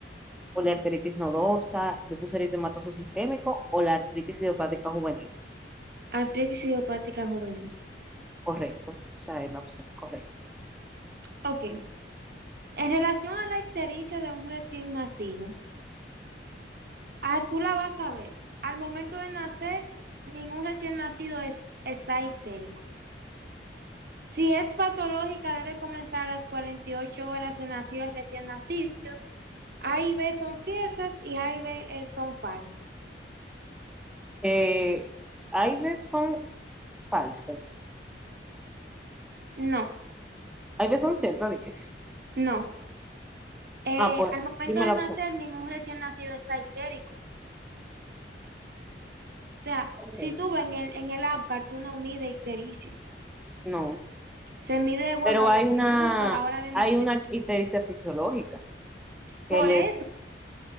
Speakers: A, in the centre; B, on the right (about 55°).
A: o la artritis nodosa, lupus eritematoso sistémico o la artritis idiopática juvenil.
B: Artritis idiopática juvenil.
A: Correcto, esa es la opción correcta.
B: Ok. En relación a la ictericia de un recién nacido, ah, tú la vas a ver. Al momento de nacer, ningún recién nacido es- está ictérico. Si es patológica, debe comenzar a las 48 horas de nacido el recién nacido. A y B son ciertas y A y B eh, son falsas.
A: Eh, hay veces son falsas,
B: No,
A: hay veces son ciertas, ¿de qué?
B: no. Eh,
A: Ah, pues
B: al momento
A: dime
B: de
A: la
B: nacer,
A: opción.
B: ningún recién nacido está ictérico. O sea,
A: Ok,
B: si tú ves en el, en el Apgar, tú no mide ictericia.
A: no,
B: Se mide, bueno,
A: pero
B: a
A: hay
B: los
A: una,
B: minutos, a la hora de
A: hay
B: nacer.
A: una ictericia fisiológica que
B: Por
A: le,
B: eso